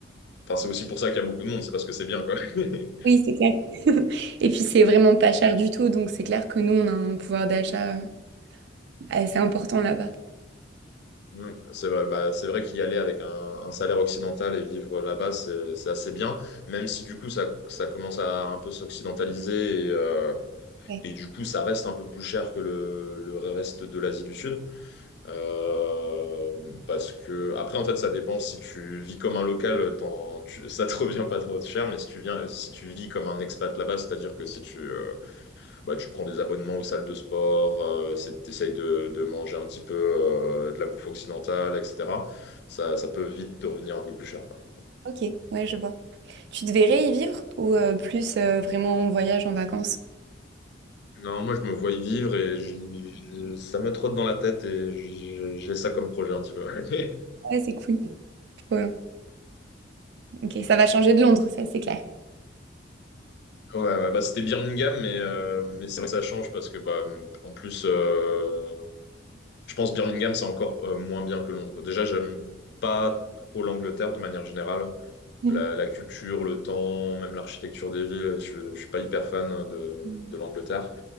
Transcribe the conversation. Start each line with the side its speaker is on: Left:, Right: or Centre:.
Left: enfin, c'est aussi pour ça qu'il y a beaucoup de monde, c'est parce que c'est bien, quoi. <laughs>
Right: Oui, c'est clair. <laughs> Et puis, c'est vraiment pas cher du tout, donc c'est clair que nous, on a un pouvoir d'achat euh, assez important là-bas.
Left: Oui, c'est vrai, bah, c'est vrai qu'y aller avec un, un salaire occidental et vivre là-bas, c'est, c'est assez bien, même si du coup ça, ça commence à un peu s'occidentaliser et, euh,
Right: Ouais.
Left: et du coup ça reste un peu plus cher que le, le reste de l'Asie du Sud. Euh, parce que après, en fait, ça dépend si tu vis comme un local, t'en, tu- ça te <laughs> revient pas trop cher, mais si tu viens, si tu vis comme un expat là-bas, c'est-à-dire que si tu, euh, bah, tu prends des abonnements aux salles de sport, tu essayes de, de manger un petit peu euh, de la bouffe occidentale, etc. Ça, ça peut vite te revenir un peu plus cher, quoi.
Right: Ok, ouais, je vois. Tu te verrais y vivre ou euh, plus euh, vraiment en voyage, en vacances?
Left: Non, moi, je me vois y vivre et j'y- j'y- ça me trotte dans la tête et j'y- j'ai ça comme projet un petit peu. Ouais, <laughs>
Right: Ouais, c'est cool. Trop bien. Ok, ça va changer de Londres, ça, c'est clair.
Left: ouais, ouais, bah, c'était Birmingham, mais, euh, mais c'est vrai que ça change parce que, bah, en plus, euh, je pense Birmingham, c'est encore euh, moins bien que Londres. Déjà, j'aime pas trop l'Angleterre de manière générale.
Right: <laughs>
Left: la, la culture, le temps, même l'architecture des villes. Je ne suis pas hyper fan de,
Right: Mhm.
Left: de l'Angleterre.